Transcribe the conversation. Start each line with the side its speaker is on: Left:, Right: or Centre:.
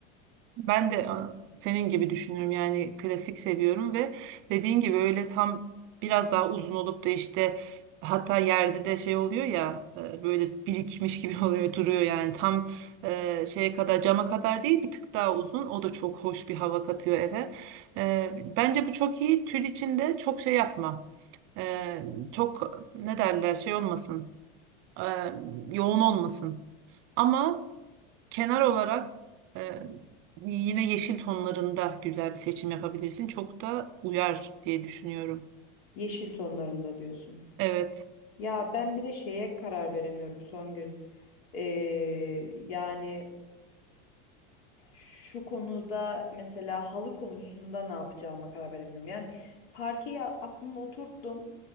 Right: Ben de a, senin gibi düşünüyorum yani klasik seviyorum ve dediğin gibi öyle tam biraz daha uzun olup da işte hatta yerde de şey oluyor ya e, böyle birikmiş gibi <laughs> oluyor duruyor yani tam e, şeye kadar cama kadar değil bir tık daha uzun o da çok hoş bir hava katıyor eve. E, Bence bu çok iyi tül içinde çok şey yapma E, çok ne derler şey olmasın E, yoğun olmasın ama... Kenar olarak e, yine yeşil tonlarında güzel bir seçim yapabilirsin. Çok da uyar diye düşünüyorum.
Left: Yeşil tonlarında diyorsun.
Right: Evet.
Left: Ya ben bir de şeye karar veremiyorum Songül. Ee, yani Şu konuda mesela halı konusunda ne yapacağıma karar veremiyorum. Yani parkeyi a- aklımda oturttum